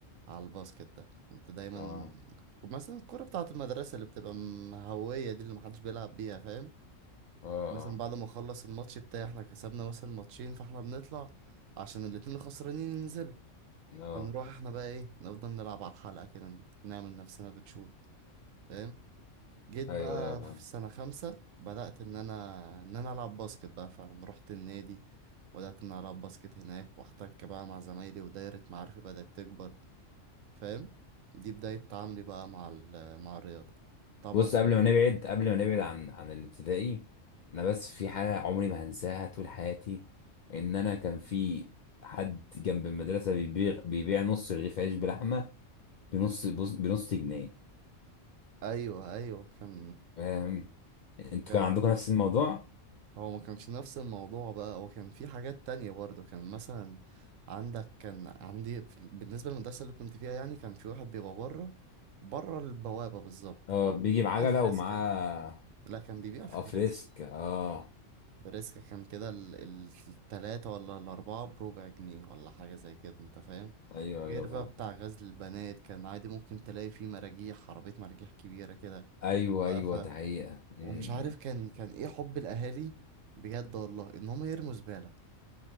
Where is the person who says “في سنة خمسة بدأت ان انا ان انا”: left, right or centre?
Right